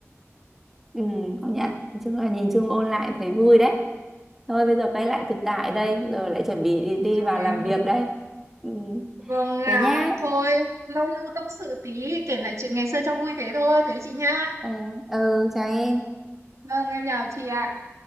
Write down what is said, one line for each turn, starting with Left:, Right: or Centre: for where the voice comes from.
Centre: Ừ, công nhận. Nói chung là nhìn chung ôn lại thấy vui đấy. Thôi bây giờ quay lại thực tại đây, rồi lại chuẩn bị đi, đi
Right: trời
Centre: vào làm
Right: ơi
Centre: việc đây. Ừ,
Right: Vâng à,
Centre: thế nhá.
Right: thôi, lâu lâu tâm sự tí, kể lại chuyện ngày xưa cho vui thế thôi, thế chị nhá.
Centre: Ờ, ừ, chào em.
Right: Vâng, em chào chị ạ.